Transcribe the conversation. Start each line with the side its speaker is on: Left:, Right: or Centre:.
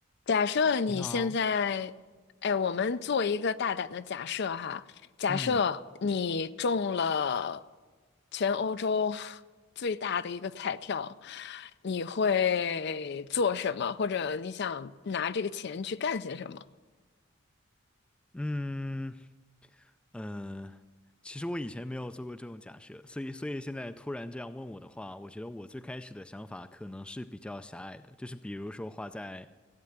Left: 假设你现在，
Centre: 你好，
Left: 哎，我们做一个大胆的假设哈，假设你中了
Centre: 嗯
Left: 全欧洲 <laughs> 最大的一个彩票，你会做什么？或者你想拿这个钱去干些什么？
Centre: 嗯呃，其实我以前没有做过这种假设，所以所以现在突然这样问我的话，我觉得我最开始的想法可能是比较狭隘的，就是比如说花在